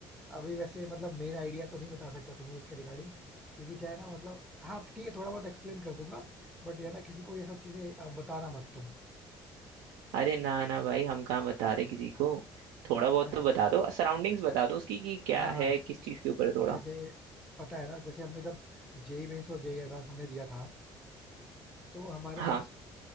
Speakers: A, in the centre; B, on the right.
A: अभी वैसे मतलब मेन आइडिया तो नहीं बता सकता तुम्हें उसके रिगार्डिंग क्योंकि क्या है ना मतलब हाँ ठीक है थोड़ा बहुत एक्सप्लेन कर दूंगा बट ये ना किसी को ये सब चीजें अ, बताना मत तुम
B: अरे ना ना भाई हम कहाँ बता रहे किसी को
A: हाँ
B: थोड़ा
A: तो
B: बहुत
A: पता
B: तो
A: है
B: बता दो सराउंडिंग्स बता दो उसकी कि क्या
A: हाँ
B: है
A: हाँ
B: किस चीज़ के ऊपर है थोड़ा
A: जैसे पता है ना जैसे हमने जब जेई मेंस और जेई एडवांस हमने दिया था तो हमारे
B: हाँ
A: पास